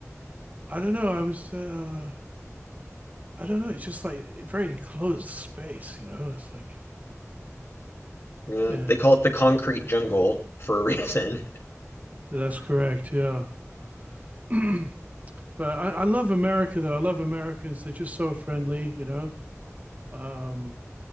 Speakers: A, on the right; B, on the left.
A: I don't know. I was. Uh, I don't know. It's just like a very enclosed space. You know, it's like
B: yeah,
A: yeah
B: they call it the concrete jungle for a reason.
A: That's correct. Yeah. <clears throat> but I, I love America, though. I love Americans. They're just so friendly, you know. Um,